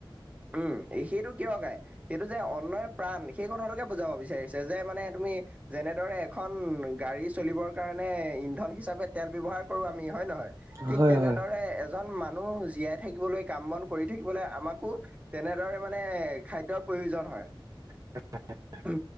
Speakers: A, on the right (about 15°); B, on the right (about 40°).
A: উম, সেইটো কিয় গাই? সেইটো যে অন্নয়ে প্ৰাণ সেই কথাটোকে বুজাব বিচাৰিছে। যে মানে তুমি যেনেদৰে এখন গাড়ী চলিবৰ কাৰণে ইন্ধন হিচাপে তেল ব্যৱহাৰ কৰো আমি হয় নহয়?
B: অ
A: ঠিক
B: হয়
A: তেনেদৰে
B: হয়
A: এজন মানুহ জীয়াই থাকিবলৈ কাম বন কৰি থাকিবলৈ আমাকো তেনেদৰে মানে খাদ্যৰ প্ৰয়োজন হয়।
B: <inaudible>
A: উ